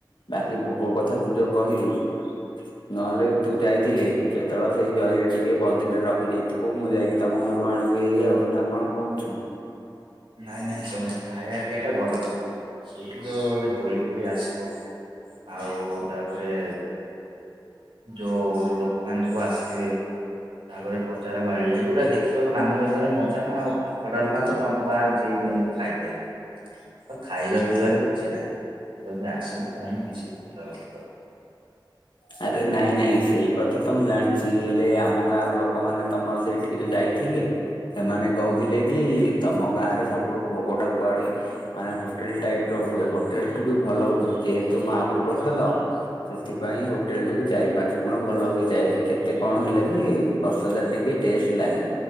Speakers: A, on the left; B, on the right.
A: ବାକି ଭୋକ କଥା ତୁ ଯୋଉ କହିଲୁ ନହେଲେ ତୁ ଯାଇଥିଲେ, କେତେବେଳେ ସେଇ ଜରିରେ ଟିକେ ଟିକେ ପଲିଥିନରେ ରଖିଦେଇଥିବୁ ମୁଁ ଯାଇକି ତମ ଘରୁ ଆଣିବି ହେଇ ଆଉ ନା କଣ କହୁଛୁ।
B: ନାଇଁ ନାଇଁ ସେମିତି, ଖାଇବା ପିଆ ଟା ବଡ କଥା, ସେଇଠି ତ ଗୋଟେ ଦୋଳି ଫୋଳି ଆସିବ ଆଉ ତାପରେ ଯୋଉ ଲୋକମାନେ ସବୁ ଆସିଥିବେ, ତାପରେ ବଜାର ବାଡି ଏଇଗୁଡା ଦେଖ ଛୁଆକୁ ନାମଜରେ ମଜା ନା, ଆଉ ଭାତ ଡାଲମା ତ ତମ ଗାଁରେ ଯେ ବି ନେଇକି ଖାଇପାରିବ। ଆଉ ଖାଇବା ପିଇବାରେ କିଛି ନାହିଁ। ତୁ ଯଦି ଆସିବୁ ତାହାଲେ ମିଶିକି ବୁଲାବୁଲି କରିବ।
A: ଆରେ ନାଇଁ ନାଇଁ ସେଇ କଥା ତ ମୁଁ ଜାଣିଛି, ହେଲେ ଆମ ଗାଁର ଲୋକମାନେ ତମର ସେଇଠ ଠିକି ଯାଇଥିଲେ, ସେମାନେ କହୁଥିଲେ କି ତମ ଗାଁ ରେ ସବୁଠୁ ଭୋଗ ଟା କୁଆଡେ ମାନେ ହୋଟେଲ ଟାଇପ୍ ର ହୁଏ ହୋଟେଲ ଠୁ ବି ଭଲ ହୁଏ ଯେହେତୁ ମାହା ପ୍ରଭୁ ପ୍ରସାଦ ସେଥିପାଇଁ ହୋଟେଲ ଠୁ ବି ଚାରି ପାଞ୍ଚ ଗୁଣ ଭଲ ହେଇଛି। ଯାଇ କେତେ କଣ ହେଲେ ବି, ପ୍ରସାଦ ଟିକେ ଟେଷ୍ଟ ଲାଗେ।